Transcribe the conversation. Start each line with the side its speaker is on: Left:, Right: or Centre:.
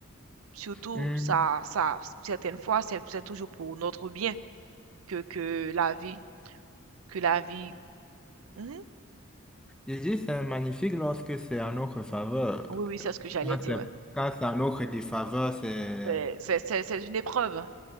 Right: Surtout,
Centre: Hmm.
Right: ça, ça, certaines fois, c'est c'est toujours pour notre bien que, que la vie, que la vie. Mhm.
Centre: Je dis, c'est magnifique lorsque c'est en notre faveur.
Right: Oui, oui, c'est ce que j'allais
Centre: Quand
Right: dire,
Centre: c'est
Right: ouais.
Centre: quand c'est en notre défaveur, c'est
Right: C'est c'est- c'est- c'est une épreuve,